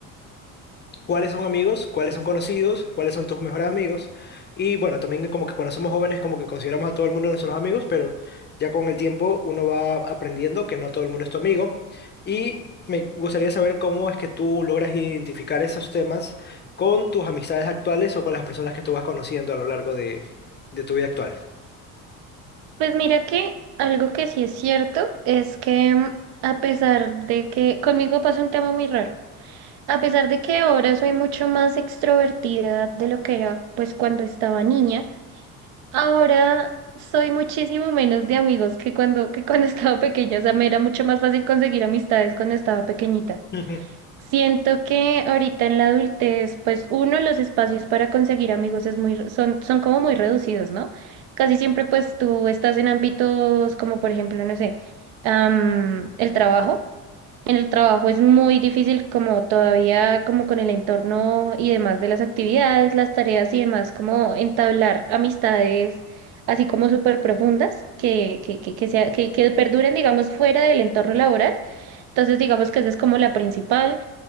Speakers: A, on the left (about 25°); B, on the right (about 60°).
A: cuáles son amigos, cuáles son conocidos, cuáles son tus mejores amigos. Y bueno, también como que cuando somos jóvenes como que consideramos a todo el mundo nuestros amigos, pero ya con el tiempo uno va aprendiendo que no todo el mundo es tu amigo. Y me gustaría saber cómo es que tú logras identificar esos temas con tus amistades actuales o con las personas que tú vas conociendo a lo largo de, de tu vida actual.
B: Pues mira que algo que sí es cierto es que mm, a pesar de que conmigo pasa un tema muy raro, a pesar de que ahora soy mucho más extrovertida de lo que era pues cuando estaba niña, ahora soy muchísimo menos de amigos que cuando que cuando <laughs> estaba pequeña, o sea, me era mucho más fácil conseguir amistades cuando estaba pequeñita.
A: <laughs> Ujú,
B: Siento que ahorita en la adultez, pues uno, los espacios para conseguir amigos es muy, re- son, son como muy reducidos, ¿no? Casi siempre pues tú estás en ámbitos como por ejemplo, no sé, am, el trabajo. En el trabajo es muy difícil como todavía como con el entorno y demás de las actividades, las tareas y demás, como entablar amistades así como súper profundas que, que, que, que, sea- que que perduren digamos fuera del entorno laboral. Entonces digamos que esa es como la principal